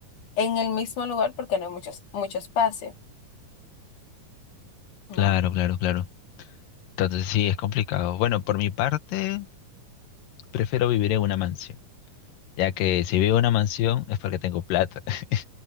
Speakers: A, on the left; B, on the left.
A: en el mismo lugar porque no hay mucho, mucho espacio. No.
B: Claro, claro, claro. Entonces sí, es complicado. Bueno, por mi parte, prefiero vivir en una mansión, ya que si vivo en una mansión es porque tengo plata. <laughs>